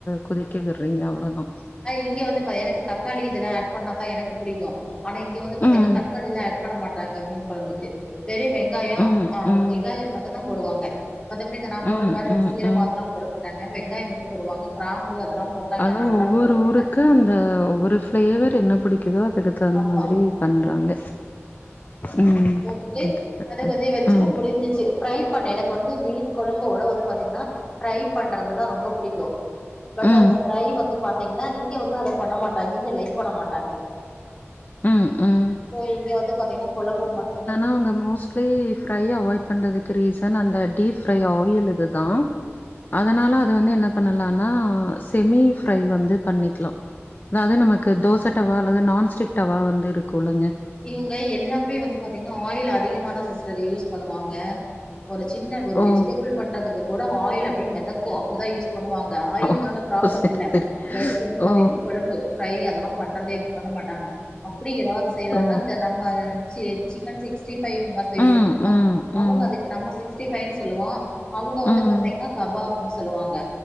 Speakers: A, on the left; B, on the left.
A: கொதிக்க விட்றீங்க அவ்ளோதா
B: நா இங்க வந்து பா எனக்கு தக்காளி இதெல்லா ஆட் பண்ணாதா எனக்கு புடிக்கு ஆனா இங்க வந்து பாத்தீங்னா
A: ம்,
B: தக்காளில்லா ஆட் பண்ண மாட்டாங்க மீன் கொழம்புக்கு தெரி வெங்காயோ
A: ம்,
B: ஆ
A: ம்,
B: வெங்காயோ மட்டுந்தா போடுவாங்க மத்தபடி இந்த நா போட்ற
A: ம்,
B: மாறி இந்த
A: ம்,
B: சீரகோ
A: ம்.
B: அதலா போட மாட்டாங்க வெங்காயோ மட்டு போடுவாங்க கிராம்பு அதலா போட
A: அதா ஒவ்வொரு
B: மாட்டே
A: ஊருக்கு அந்த ஒவ்வொரு பிளேவர் என்ன புடிக்குதோ அதுக்கு தகுந்த
B: ஆமா
A: மாதிரி பண்றாங்க ம்
B: போட்டுட்டு
A: அதுதான்.
B: அதை கொஞ்சோ வெந்ச்சுன்னா
A: ம்,
B: முடிஞ்சிச்சு ஃப்ரை பண்ணு எனக்கு வந்து மீன் கொழம்ப ஓட‌ வந்து பாத்தீங்ன்னா ஃப்ரை பண்றது தா ரொம்ப புடிக்கு பட்
A: ம்,
B: அந்த ஃப்ரை வந்து பாத்தீங்ன்னா இங்க வந்து அத பண்ண மாட்டாங்க இங்க லைக் பண்ண மாட்டாங்க
A: ம், ம்.
B: சோ இங்க வந்து பாத்தீங்ன்னா கொழம்பு மட்
A: அவுங்க மோஸ்ட்லி ஃப்ரை அவாய்ட் பண்றதுக்கு ரீசன் அந்த டீப் ஃப்ரை ஆயில் இதுதா அதனால அது வந்து என்ன பண்ணலான்னா செமி ஃப்ரை வந்து பண்ணிக்லா நா அதா நமக்கு தோச டவா அல்லது நான்ஸ்டிக் டவா வந்து இருக்குல்லங்க
B: இவுங்க எல்லாமே வந்து பாத்தீங்கன்னா ஆயில் அதிகமாதா சிஸ்டர் யூஸ் பண்ணுவாங்க ஒரு சின்ன ஒரு
A: ஓ!
B: வெஜிடபிள் பண்றதுக்கு கூட ஆயில் அப்டி மெதக்கு அப்டிதா யூஸ் பண்ணுவாங்க ஆயில்னால
A: ஓ!
B: ப்ராப்ளம்
A: சரி,
B: இல்ல
A: சரி.
B: பட் வந்து பாத்தீங்ன்னா
A: ஓ!
B: கொழம்பு ஃப்ரை அதெல்லா பண்றதே இது பண்ண மாட்டாங்க அப்டி ஏதாவது செய்றதா
A: ஓ!
B: இருந்தா இந்த நம்ம சி சிக்கன் சிக்ஸ்டி ஃபைவ் இந்த மாறி செய்வோ
A: ம்,
B: பாத்தீங்ளா
A: ம்,
B: அவுங்க
A: ம்,
B: அதுக்கு நம்ம சிக்ஸ்டி ஃபைவ்ன் சொல்லுவோ அவுங்க வந்து
A: ம்.
B: பாத்தீங்ன்னா கபாப்ன் சொல்லுவாங்க